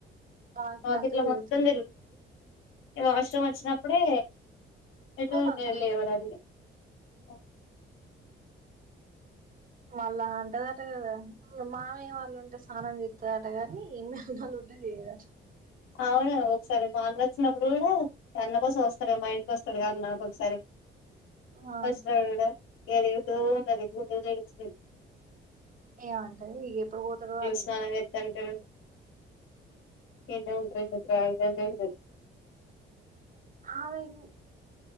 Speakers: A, on the right (about 45°); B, on the left (about 85°).
A: వాకిలాంత
B: వాకిట్లో
A: తిరుగుతది
B: మొత్తం వాష్రూమ్ వచ్చినప్పుడే ఏటోపే
A: పోయి మంచాల
B: లేవరాదు
A: కూసుంటది
B: ఇగా ఓ
A: మళ్ళా అంటదట కదా మామయ వాళ్ళు ఉంటే స్నానం చెస్తదట కానీ ఏ మ నోళ్ళు ఉంటే చేయ్యదట
B: అవును ఒకసారి మా అల్లుడాచ్చినప్పుడు కూడా అన్న కోసం వస్తడు గా మా ఇంటికి వస్తాడుక అన్న ఒకొక సారి
A: ఆ
B: పస్రా రోడ్ అ ఇగా తిడుతూ ఉంటది బూతులు తిడుతు
A: ఏమంటది ఇగ ఎప్పుడు పోతారో అని తిడుతది
B: స్నానం చేత్తంటే ఇన్నే ఉంటారా ఇండ్లకు రాలేదా అని తిడుతది
A: ఆమెకు